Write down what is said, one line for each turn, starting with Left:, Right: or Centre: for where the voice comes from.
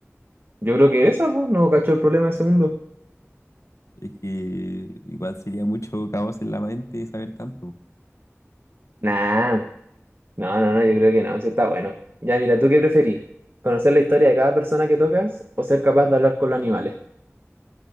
Right: Yo creo que esa, pues, no cacho el problema del segundo.
Left: Es que igual sería mucho caos en la mente saber tanto.
Right: Nah, no, no, no, yo creo que no, ese está bueno. Ya mira, ¿tú qué preferís? ¿Conocer la historia de cada persona que tocas o ser capaz de hablar con los animales?